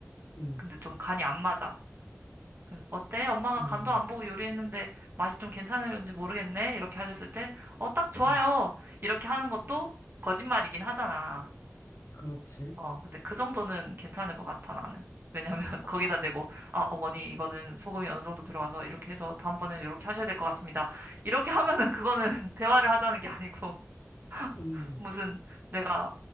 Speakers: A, on the left; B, on the right.
A: 음,
B: 근데 좀 간이 안 맞아. 그, 어때? 엄마가
A: 음,
B: 간도 안 보고 요리했는데 맛이 좀 괜찮을지 모르겠네? 이렇게 하셨을 때, 어, 딱 좋아요.
A: 음.
B: 이렇게 하는 것도 거짓말이긴 하잖아.
A: 그렇지.
B: 어, 근데 그 정도는 괜찮을 것 같아, 나는. 왜냐면 <laughs>
A: 아,
B: 거기다
A: 아,
B: 대고, 아, 어머니, 이거는 소금이 어느 정도 들어가서 이렇게 해서 다음번에는 이렇게 하셔야 될 것 같습니다. 이렇게 하면은 그거는 <laughs> 대화를 하자는 게 아니고,
A: 음,
B: <laughs> 무슨 내가